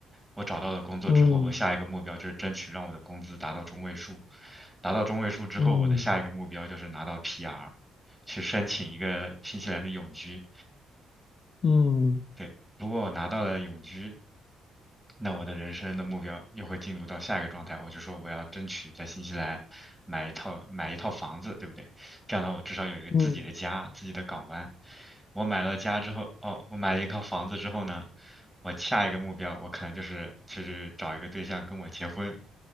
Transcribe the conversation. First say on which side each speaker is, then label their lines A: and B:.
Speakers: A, in the centre; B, on the left (about 50°).
A: 我找到了工作之后，
B: 嗯
A: 我下一个目标就是争取让我的工资达到中位数，达到中位数之后，
B: 嗯
A: 我的下一个目标就是拿到 PR，去申请一个新西兰的永居。
B: 嗯
A: 对，如果我拿到了永居，那我的人生的目标又会进入到下一个状态，我就说我要争取在新西兰买一套买一套房子，对不对？这样的话，我至少有一个自己的家，
B: 嗯
A: 自己的港湾。我买了家之后，哦，我买了一套房子之后呢，我下一个目标，我可能就是就是找一个对象跟我结婚，